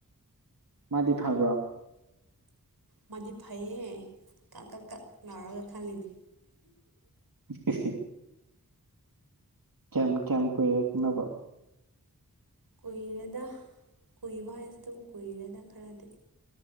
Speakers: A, on the right (about 70°); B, on the right (about 85°).
A: ꯃꯥꯗꯤ ꯐꯕ꯭ꯔꯣ
B: ꯃꯗꯤ ꯐꯩꯌꯦꯦ ꯀꯛ ꯀꯛ ꯀꯛ ꯂꯥꯎꯔꯒ ꯈꯜꯂꯤꯅꯤ
A: ꯁꯤ ꯀꯌꯥꯝ ꯀꯌꯥꯝ ꯀꯨꯏꯔꯦꯅꯕ
B: ꯀꯨꯏꯔꯦꯅ ꯀꯨꯏꯕ ꯍꯥꯏꯔꯁꯨ ꯑꯗꯨꯝ ꯀꯨꯏꯔꯦꯅ ꯈꯔꯗꯤ